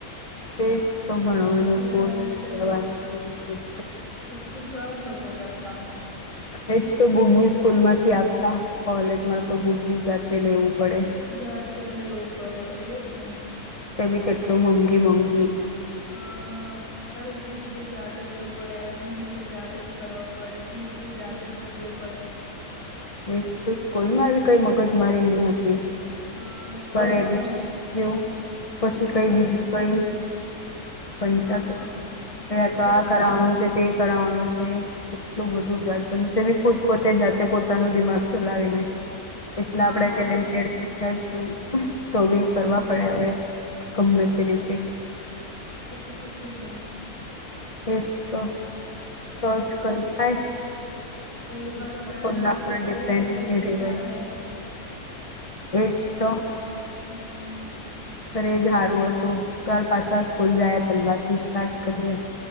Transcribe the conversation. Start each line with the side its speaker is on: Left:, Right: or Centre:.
Left: તેજ તો ભણવાનું
Right: ત્યારે
Left: ખોદ બુક
Right: તો
Left: લેવાની ખોધુ
Right: તે સર લોકો કરતા
Left: એજ તો બુકભી સ્કૂલ માંથી આપતા કોલેજમાં તો બુકભી જાતે લેવું પડે.
Right: જાતે લેવું પડે એજને
Left: તેભી કેટલું મોંઘી મોંઘી
Right: હમ અરે બુક ભી જાતે લેવું પડે એડમિશન ભી જાતે જ કરાવવું પડે ફીસ ભી જાતે ભરવી પડે
Left: એજ સ્કૂલ માં કઈ મગજ મારી નઈ હતી.
Right: હા સ્કૂલમાં
Left: પ એડમિશન થઈ ગયું પછી કઈ
Right: બધ
Left: બીજી કઈ
Right: હા
Left: <unintelligible> તો
Right: બધું
Left: આ કરવાનું છે. તે કરવાનું છે કેટલું બધું જાત જમ બી ફૂ પોતે જાતે પોતે પોતાનું દિમાગ ચલાવીને એટલા
Right: હા
Left: આપણેે ટેલેન્ટેડ તો છે જ ફુલ તો બી કરવા
Right: હમ,
Left: પડે હવે ગમે તે રીતે
Right: પૂછીપુછીને
Left: એજ તો તોચ
Right: હા
Left: કર કાય
Right: સ્કૂલમાં
Left: એ તો
Right: પેરેન્ટ્સ
Left: કોના
Right: લોકો
Left: પરને
Right: કરી
Left: પેનને
Right: આપતા એટલે
Left: દેવાાઈ
Right: ચાલે
Left: એચ તો
Right: હમ
Left: પણ એજ સારું હતું ચાલ પાછા સ્કૂલ જાય પંજાબ થી સ્ટાર્ટ કરીએ